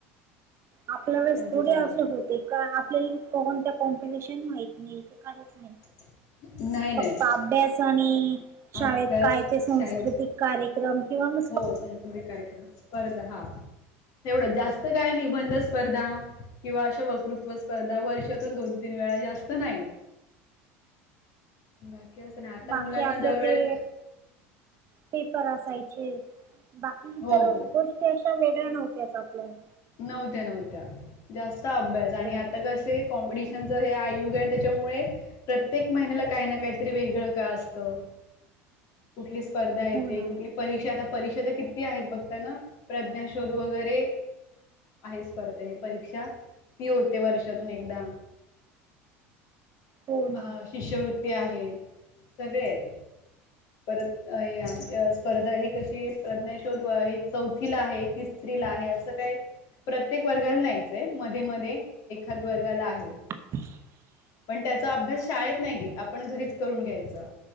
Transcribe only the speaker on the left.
त्यांचं
चालू
<unintelligible> नाही.
अभ्यास
शाळेत
हो सांस्कृतिक कार्यक्रम स्पर्धा हा एवढं जास्त काय निबंध स्पर्धा किंवा अशा वक्तृत्व स्पर्धा वर्षातून दोन. तीन वेळा जास्त नाही बाकी असचं नाही आता
मुलांना
दरवेळे
हो हो
नव्हत्या नव्हत्या जास्त अभ्यास आणि
आता कसे कॉम्पिटिशन हे आयुग त्याच्यामुळे प्रत्येक महिन्याला काही ना काहीतरी वेगळं का असतं कुठलीच स्पर्धा येते
कुठली परीक्षा आता परीक्षा तर किती आहेत बघता ना प्रज्ञाशोध वगैरे आहेप परीक्षा ती होते वर्षातून एकदा
अ शिष्यवृत्ती आहेत सगळे आहेत परत आमच्या स्पर्धा हे कशी प्रज्ञा शोध व आहेत चौथीला आहे तिसरी ला आहे असं काय प्रत्येक वर्गाला नाहीयचंय मध्ये मध्ये एखाद वर्गाला आहे
पण त्याचा अभ्यास शाळेत नाही घेत आपण घरीच करून घ्यायचं